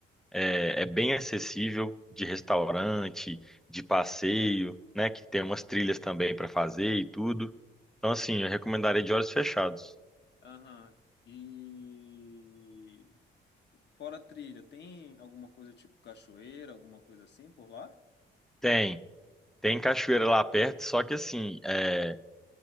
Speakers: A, in the centre; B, on the left.
A: é, é bem acessível de restaurante, de passeio, né? Que tem umas trilhas também para fazer e tudo. Então, assim, eu recomendaria de olhos fechados.
B: aham. E fora trilha, tem alguma coisa tipo cachoeira, alguma coisa assim por lá?
A: Tem, tem cachoeira lá perto, só que assim, é,